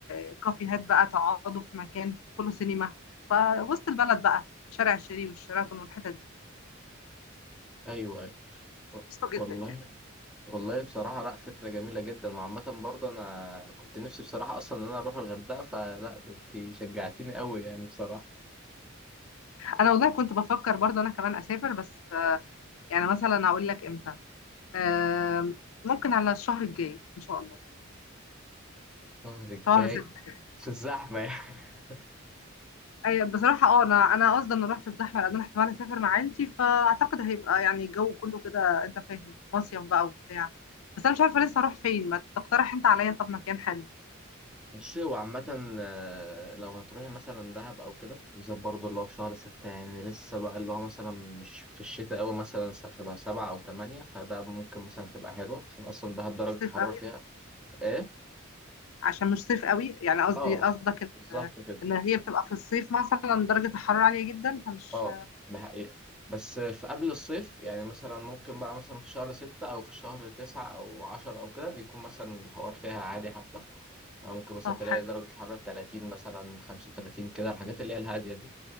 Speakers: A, on the left; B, in the centre.
A: آه، كافيهات بقى تقعدوا في مكان تدخلوا سينما فوسط البلد بقى شارع الشريف والشيراتون والحتت دي
B: أيوه أيوه و-
A: قشطة جدا
B: والله والله بصراحة لأ فكرة جميلة جدا وعامة برضه أنا كنت نفسي بصراحة أصلا إن أنا أروح الغردقة فلأ ده أنت شجعتني أوي يعني بصراحة
A: انا والله كنت بفكر برضه انا كمان اسافر بس آه، يعني مثلا اقول لك امتى آم، ممكن على الشهر الجاي ان شاء الله
B: الشهر الجاي
A: شهر ستة كده
B: في الزحمة يعني
A: أي بصراحة اه انا انا قصدي ان اروح في الزحمة لان انا احتمال اسافر مع عيلتي فاعتقد هيبقى يعني الجو كله كده انت فاهم مصيف بقى وبتاع بس انا مش عارفة لسه اروح فين ما تقترح انت عليا طب مكان حلو
B: <laughs> بصي هو عامة آه، لو هتروحي مثلا دهب أو كده بالذات برضه اللي هو في شهر ستة يعني لسه بقى اللي هو مثلا مش في الشتاء أوي مثلا س- شبه سبعة أو تمانية فده ممكن مثلا تبقى حلوة عشان أصلا دهب درجة
A: مش صيف
B: الحرارة
A: قوي
B: فيها إيه؟
A: عشان مش صيف قوي يعني قصدي
B: آه
A: قصدك
B: بالظبط
A: ان
B: كده
A: ان هي بتبقى في الصيف مثلا درجة الحرارة عالية جدا فمش
B: آه ده حقيقة بس في قبل الصيف يعني مثلا ممكن بقى مثلا في شهر ستة أو في شهر تسعة أو عشرة أو كده بيكون مثلا الحوار فيها عادي حبة أو ممكن مثلا
A: طب
B: تلاقي
A: حلو
B: درجة
A: ده
B: الحرارة 30 مثلا 35 كده الحاجات اللي هي الهادية دي